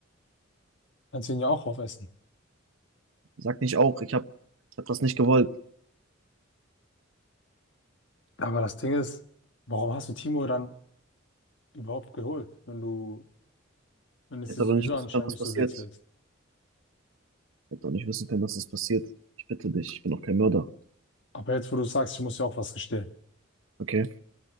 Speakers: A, on the left; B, on the right.
A: kannst ihn ja auch aufessen.
B: Sag nicht auch, ich habe, ich hab das nicht gewollt.
A: Aber das Ding ist, warum hast du Timo dann überhaupt geholt, wenn du, wenn es
B: Ich hätte
A: dir sowieso
B: doch nicht wissen
A: anscheinend
B: können, was
A: nicht
B: passiert.
A: so witzig
B: Ich
A: ist?
B: hätte doch nicht wissen können, dass das passiert. Ich bitte dich, ich bin doch kein Mörder.
A: Aber jetzt, wo du sagst, ich muss dir auch was gestehen.
B: Okay?